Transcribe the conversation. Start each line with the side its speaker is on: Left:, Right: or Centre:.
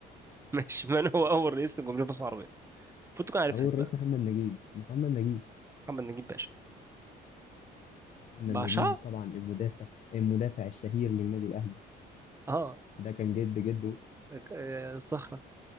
Right: <laughs> ماشي من هو أول رئيس لجمهورية مصر العربية المفروض تكون عارفها
Left: أول
Right: دي
Left: الرئيس
Right: بقى
Left: محمد نجيب محمد نجيب
Right: محمد نجيب باشا
Left: محمد
Right: باشا
Left: نجيب طبعا المدافع المدافع الشهير للنادي الأهلي
Right: اه
Left: ده كان جد جده
Right: آه، الصخرة